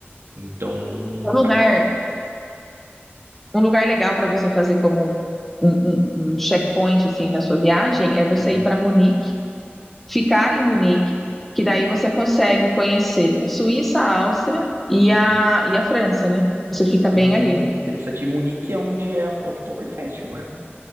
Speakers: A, on the right (about 75°); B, in the centre.
A: Então,
B: Um lugar,
A: até...
B: um lugar legal para você fazer como um, um- um checkpoint assim na sua viagem é você
A: hum,
B: ir para Munique, ficar em Munique, que daí você consegue conhecer a Suíça, a Áustria e
A: hum.
B: a, e a França, né? Você fica
A: Ah,
B: bem ali.
A: interessante. E Munique é onde é a Oktoberfest, não é?